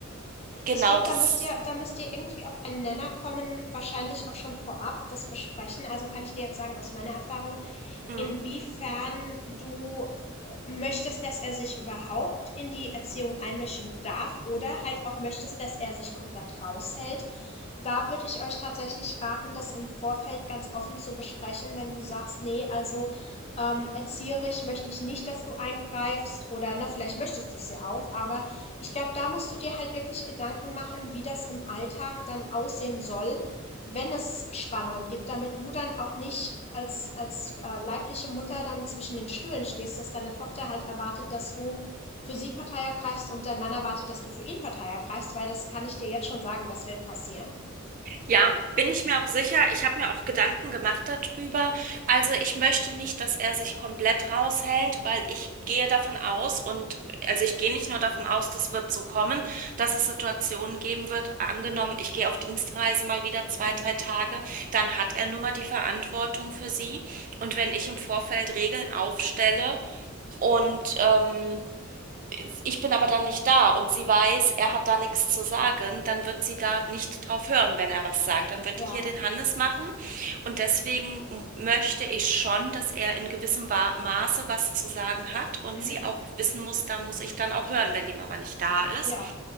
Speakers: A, on the right; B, on the left.
A: genau,
B: ich denke,
A: das.
B: da müsst ihr, da müsst ihr irgendwie auf einen Nenner kommen, wahrscheinlich auch schon vorab das besprechen. Also kann ich dir jetzt sagen, aus meiner Erfahrung,
A: hm.
B: inwiefern du äh, möchtest, dass er sich überhaupt in die Erziehung einmischen darf oder halt auch möchtest, dass er sich komplett raushält. Da würde ich euch tatsächlich raten, das im Vorfeld ganz offen zu besprechen, wenn du sagst, nee, also ähm, erzieherisch möchte ich nicht, dass du eingreifst oder ne, vielleicht möchtest du es ja auch, aber ich glaube, da musst du dir halt wirklich Gedanken machen, wie das im Alltag dann aussehen soll, wenn es Spannungen gibt, damit du dann auch nicht als, als äh, leibliche Mutter dann zwischen den Stühlen stehst, dass deine Tochter halt erwartet, dass du für sie Partei ergreifst und dein Mann erwartet, dass du für ihn Partei ergreifst, weil das kann ich dir jetzt schon sagen, das wird passieren.
A: Ja, bin ich mir auch sicher. Ich habe mir auch Gedanken gemacht darüber. Also ich möchte nicht, dass er sich komplett raushält, weil ich gehe davon aus und also ich gehe nicht nur davon aus, das wird so kommen, dass es Situationen geben wird. Angenommen, ich gehe auf Dienstreise mal wieder zwei,
B: Mhm.
A: drei Tage, dann hat er nun mal die Verantwortung für sie. Und wenn ich im Vorfeld Regeln aufstelle und ähm, ich bin aber dann nicht da und sie weiß, er hat da nichts zu sagen, dann wird sie da nicht drauf hören, wenn er was sagt. Dann wird
B: Ja.
A: die hier den Hannes machen. Und deswegen m- möchte ich schon, dass er in gewissem Wa- Maße was zu sagen hat und
B: Mhm.
A: sie auch wissen muss, da muss ich dann auch hören, wenn die Mama nicht da ist.
B: Ja,